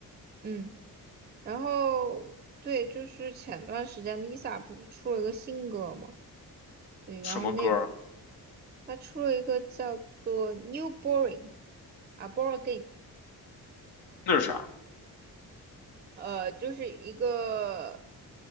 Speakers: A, on the right; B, on the left.
A: 嗯，然后对，就是前段时间 Lisa 不是出了一个新歌嘛？对，然后那
B: 什么歌儿？
A: 她出了一个叫做《New Boring》啊，《Boring》。
B: 那是啥
A: 呃，就是一个